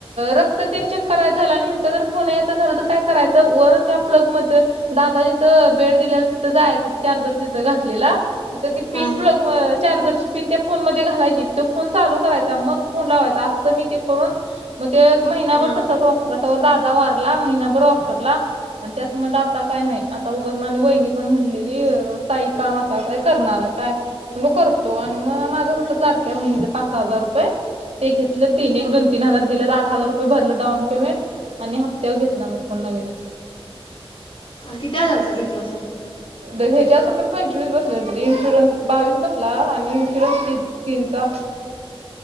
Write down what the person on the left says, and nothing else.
हा
हा
किती हजारचा घेतला असा